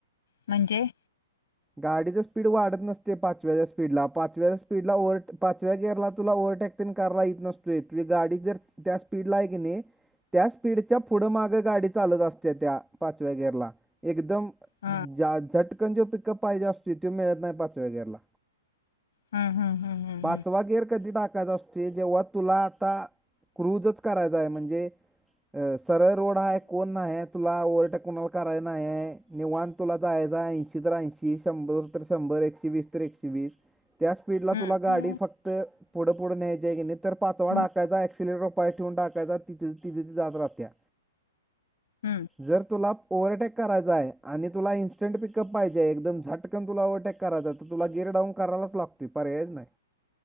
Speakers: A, on the left; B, in the centre.
A: म्हणजे.
B: गाडीच स्पीड वाढत नसतंय पाचव्याच्या स्पीडला पाचव्याच्या स्पीडला ओ्ह पाचव्या गेरला तुला ओव्हरटेक कारला इत नसतोय ती गाडी जर त्या स्पीड ला आहे की नाही. त्या स्पीडच्या पुढं मागं गाडी चालत असते, त्या पाचव्या गेरला एकदम
A: ह
B: झटकन जो पिकअप पाहिजे असतोय तो मिळत नाही पाचव्या गेरला
A: हम्म हम्म हम्म हम्म
B: पाचवा गेर कधी टाकायचा अस ते जेव्हा तुला आता रोजच करायचा आहे म्हणजे सरळ रोड आहे कोण नाही आहे तुला ओव्हरटेक कुणाला कराय नाही हाय निवांत तुला जायाचाय ऐंशी ऐंशी शंभर शंभर एकशे वीस तर एकशे वीस त्या स्पीडला
A: हम्म
B: तुला गाडी
A: हम्म
B: फक्त पुढं पुढ न्यायच हाय कनी तर पाचवा
A: हम्म
B: टाकायचा अक्सल्टरवर फक्त पाय ठेवून टाकायचा तिजच - तिज ती जात राहत्या.
A: हम्म
B: जर तुला ओव्हरटेक करायचा हाय आणि तुला इन्स्टंट पिकअप पाहिजे हाय एकदम झटकन तुला ओव्हरटेक करायच हाय तर तुला गेयर डाउन करायलाचं लागतोय पर्यायच नाही.